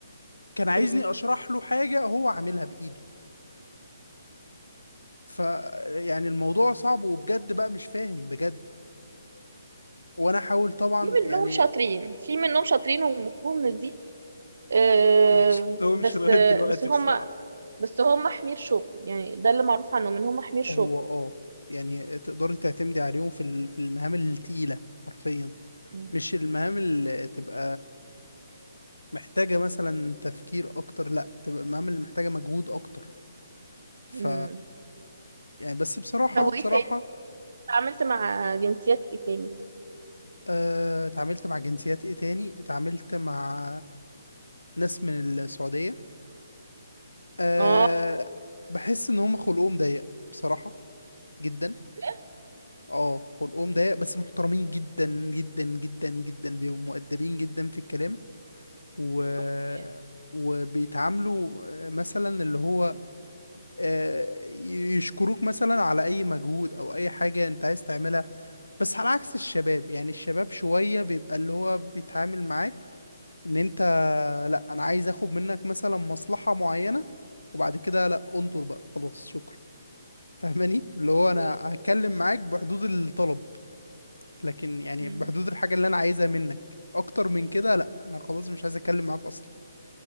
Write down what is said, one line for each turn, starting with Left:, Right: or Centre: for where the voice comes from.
Left: كان عايزني
Right: مم.
Left: اشرح له حاجة هو عاملها بايده ف يعني الموضوع صعب وبجد بقى مش فاهم بجد وانا احاول طبعا
Right: في منهم
Left: يعني
Right: شاطرين في منهم شاطرين ومفهوم ان دي آه،
Left: <laughs> ما شفتهمش
Right: بس
Left: لغاية
Right: آه،
Left: دلوقتي
Right: بس هم
Left: بصراحة
Right: بس هم حمير شغل يعني ده اللي معروف عنهم ان هم حمير شغل
Left: هو اه يعني تقدري تعتمدي عليهم في ال- في المهام التقيلة حرفيا
Right: مم.
Left: مش المهام اللي تبقى محتاجة مثلا تفكير أكتر لأ تبقى المهام اللي محتاجة مجهود أكتر ف
Right: مم.
Left: يعني بس بصراحة
Right: طب وايه
Left: بصراحة
Right: تاني اتعاملت مع جنسيات ايه تاني
Left: آه، اتعاملت مع جنسيات ايه تاني اتعاملت مع ناس من السعودية أه
Right: اه
Left: بحس ان هم خلقهم ضيق بصراحة جدا
Right: بجد؟
Left: اه خلقهم ضيق بس محترمين جدا جدا جدا جدا بيبقوا مؤدبين جدا في الكلام و...
Right: اوكي
Left: وبيتعاملوا آه، مثلا اللي هو آه، ي- يشكروك مثلا على اي مجهود او اي حاجة انت عايز تعملها بس على عكس الشباب يعني الشباب شوية بيبقى اللي هو بيتعامل معاك ان انت لا انا عايز اخد منك مثلا مصلحة معينة وبعد كده لا انطر بقى خلاص شكرا <laughs> فاهماني اللي هو انا
Right: اوكي
Left: هتكلم معاك بحدود الطلب لكن يعني
Right: مم.
Left: بحدود الحاجة اللي انا عايزها منك اكتر من كده لا انا خلاص مش عايز اتكلم معاك اصلا